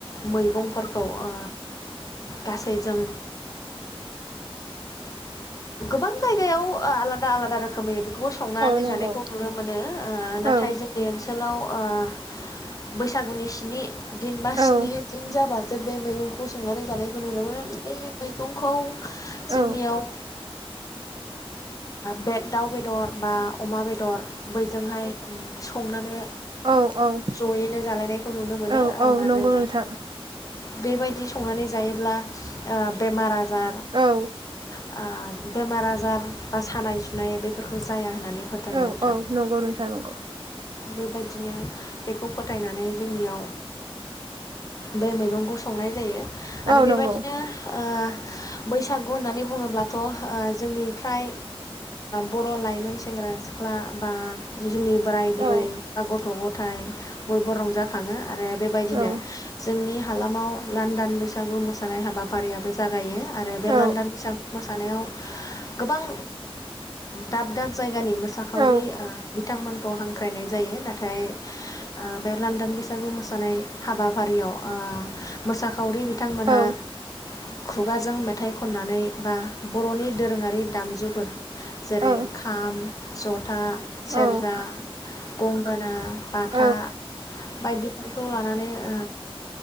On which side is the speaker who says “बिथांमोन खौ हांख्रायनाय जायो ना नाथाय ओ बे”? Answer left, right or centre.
Left